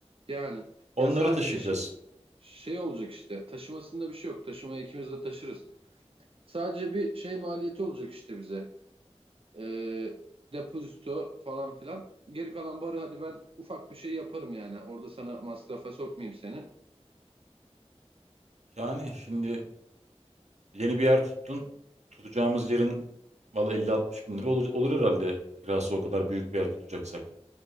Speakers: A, on the right; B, on the right.
A: Yani
B: Onları
A: ya sadece
B: taşıyacağız.
A: şey, şey olacak işte. Taşımasında bir şey yok. Taşımayı ikimiz de taşırız. Sadece bir şey maliyeti olacak işte bize. Ee, depozito falan filan. Geri kalan barı hadi ben ufak bir şey yaparım yani. Orada sana masrafa sokmayayım seni.
B: Yani şimdi yeni bir yer tuttun. Tutacağımız yerin valla 50-60 bin lira olur, olur herhalde kirası o kadar büyük bir yer tutacaksak.